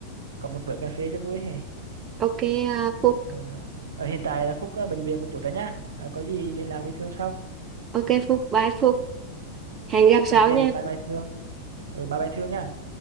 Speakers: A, on the right; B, on the right.
A: có một bữa cà phê cho vui hè
B: ok à, Phúc
A: ờ, ở hiện tại là Phúc ờ, bệnh viện một chút rồi nhá Ờ, có gì liên lạc với Thương sau
B: ok Phúc bye Phúc hẹn gặp sau
A: ok
B: nha
A: bye bye Thương ừ, bye bye Thương nha